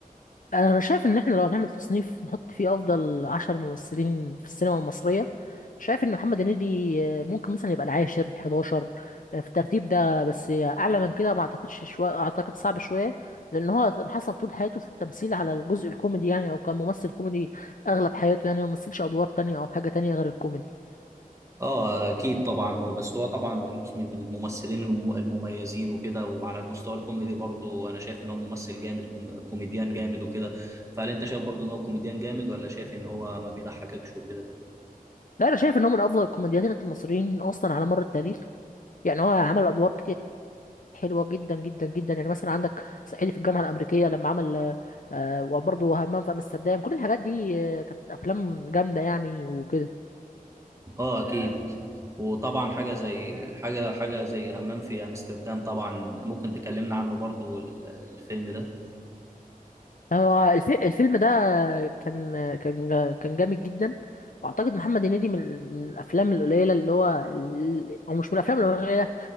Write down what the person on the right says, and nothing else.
اه اكيد طبعا بس هو طبعا من من الممثلين الم- المميزين وكده وعلى المستوى الكوميدي برضو انا شايف ان هو ممثل جامد كوم- كوميديان جامد وكده فهل انت شايف برضو ان هو كوميديان جامد ولا شايف ان هو ما بيضحككش وكده
اه اكيد وطبعا حاجه زي حاجه حاجه زي همام في امستردام طبعا ممكن تكلمنا عنه برضو ال- الفيلم ده